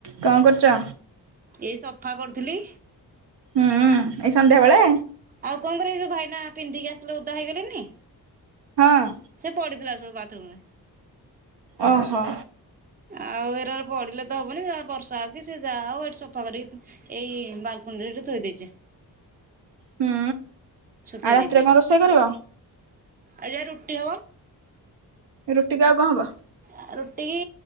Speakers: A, on the right; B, on the right.
A: କଣ କରୁଚ?
B: ଏଇ ସଫା କରୁଥିଲି।
A: ହୁଁ ଏଇ ସନ୍ଧ୍ୟାବେଳେ?
B: ଆଉ କଣ କରିବ ଏ ଯୋଉ ଭାଇନା ପିନ୍ଧିକି ଆସିଲ ଉଦା ହେଇଗଲେନି।
A: ହଁ।
B: ସେ ପଡିଥିଲା ସବୁ ବାଥରୁମ୍ ରେ।
A: ଓହୋ।
B: ଆଉ ଏରା ପଡିଲେ ତ ହବନି ବର୍ଷା ହଉ କି ସେ ଯାହା ଆଉ ଏଠି ସଫା କରିକି ଏଇ ବାଲକୁନିରେ ଏଠେଥୋଇ ଦେଇଚି।
A: ହୁଁ।
B: ସୁଖେଇ
A: ଆଉ ରାତିରେ
B: ଦେଇଚି
A: କଣ ରୋଷେଇ କରିବ?
B: ଏଠି।
A: ରୁଟିି କୁ ଆଉ କଣ ହବ?
B: ଆ ରୁଟି କି